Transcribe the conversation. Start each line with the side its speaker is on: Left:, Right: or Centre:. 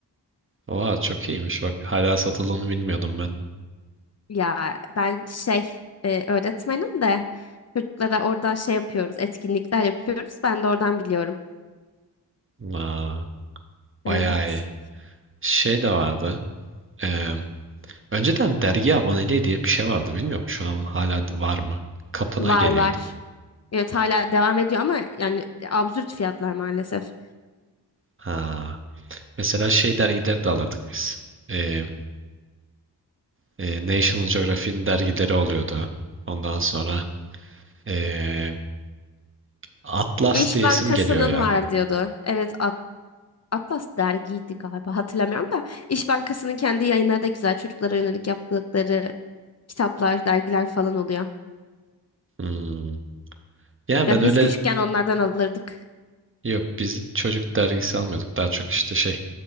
Right: Oha çok iyiymiş bak. Hala satıldığını bilmiyordum ben.
Left: Ya ben şey e, öğretmenim de çocuklara oradan şey yapıyoruz. Etkinlikler yapıyoruz. Ben de oradan biliyorum.
Right: Aa, bayağı
Left: Evet.
Right: iyi. Şey de vardı. Ee, önceden dergi aboneliği diye bir şey vardı. Bilmiyorum şu an hala var mı? Kapına
Left: Var
Right: geliyordu.
Left: var. Evet hala devam ediyor ama yani absürt fiyatlar maalesef.
Right: Ha. Mesela şey dergileri de alırdık biz. Ee, e, National Geographic'in dergileri oluyordu. Ondan sonra ee, Atlas
Left: İş
Right: diyesim
Left: Bankası'nın
Right: geliyor ya.
Left: var diyordu. Evet Atlas dergiydi galiba hatırlamıyorum da İş Bankası'nın kendi yayınları da güzel çocuklara yönelik yaptıkları kitaplar, dergiler falan oluyor.
Right: Hmm. Ya
Left: Ya
Right: ben öyle
Left: biz küçükken onlardan alırdık.
Right: yok biz çocuk dergisi almıyorduk. Daha çok işte şey